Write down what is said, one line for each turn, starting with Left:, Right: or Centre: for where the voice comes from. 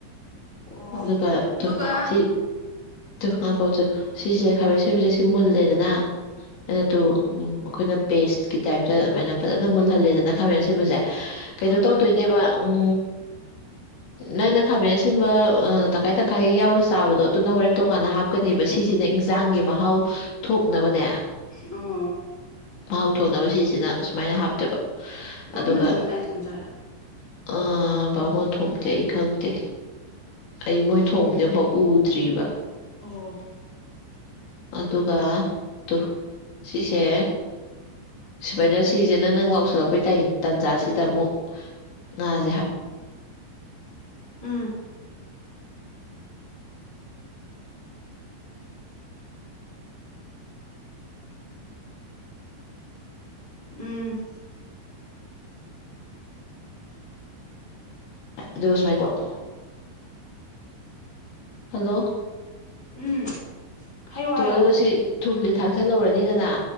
Centre: ꯑꯣ
Left: ꯑꯗꯨꯒ
Centre: ꯑꯗꯨꯒ
Left: ꯇꯨ ꯁꯤ ꯇꯨ ꯉꯥꯏꯈꯣ
Centre: ꯎꯝ
Left: ꯇꯨ ꯁꯤꯁꯦ ꯈꯥꯃꯦꯟ ꯁꯤꯟꯕꯁꯦ ꯁꯤ ꯃꯨꯜꯂꯦꯗꯅ ꯑꯩꯅ
Centre: ꯎꯝ
Left: ꯇꯨ ꯎꯝ ꯑꯩꯈꯣꯏꯅ ꯄꯦꯁꯀꯤ ꯇꯥꯏꯞꯇ ꯑꯗꯨꯃꯥꯏꯅ ꯐꯖꯅ ꯃꯨꯜꯍꯜꯂꯦꯗꯅ ꯈꯥꯃꯦꯟ ꯁꯤꯟꯕꯁꯦ ꯀꯩꯅꯣ
Centre: ꯍꯣꯏ
Left: ꯇꯧꯗꯣꯏꯅꯦꯕ
Centre: ꯍꯣꯏ
Left: ꯎꯝ ꯅꯪꯅ ꯈꯥꯃꯦꯟ ꯑꯁꯤꯟꯕ ꯇꯪꯈꯥꯏ-ꯇꯪꯈꯥꯏ ꯌꯥꯎꯔ ꯆꯥꯕꯗꯣ ꯑꯗꯨꯅ ꯍꯣꯔꯦꯟ ꯇꯣꯉꯥꯟꯅꯥ ꯍꯥꯞꯄ ꯍꯥꯞꯀꯅꯦꯕ ꯁꯤꯁꯤꯅ ꯏꯟꯁꯥꯡꯒꯤ ꯃꯍꯥꯎ ꯊꯣꯛꯅꯕꯅꯦ
Centre: ꯑꯣ
Left: ꯃꯍꯥꯎ ꯊꯣꯡꯅꯕ ꯁꯤꯁꯤꯅ ꯁꯨꯃꯥꯏꯅ ꯍꯥꯞꯇꯦꯕ
Centre: ꯕꯥꯃꯣꯟꯅ
Left: ꯑꯗꯨꯒ
Centre: ꯊꯣꯡꯖꯥꯠꯂ ꯑꯩꯅ ꯊꯣꯡꯖꯥꯠꯂ
Left: <unintelligible> ꯊꯣꯡꯗꯦ ꯑꯩ ꯈꯪꯗꯦ ꯑꯩ ꯃꯣꯏ ꯊꯣꯡꯕꯗꯤꯦ ꯑꯃꯨꯛ ꯎꯗ꯭ꯔꯤꯕ
Centre: ꯑꯣ
Left: ꯑꯗꯨꯒ ꯇꯨ ꯁꯤꯁꯦ ꯁꯨꯃꯥꯏꯅ ꯁꯤꯁꯦ ꯅꯪ ꯅꯪ ꯂꯥꯎꯁꯤꯜꯂꯛꯄꯩ ꯇꯥꯟꯖꯥꯁꯤꯗ ꯑꯃꯨꯛ ꯉꯥꯁꯦ
Centre: ꯎꯝ ꯎꯝ
Left: <unintelligible> ꯍꯜꯂꯣ
Centre: ꯎꯝ ꯍꯥꯏꯌꯣ
Left: ꯇ
Centre: ꯍꯥꯏꯌꯣ
Left: ꯀꯁꯤ ꯊꯨꯝꯁꯦ ꯊꯥꯡꯖꯜꯍꯧꯔꯅꯤ ꯗꯗꯥ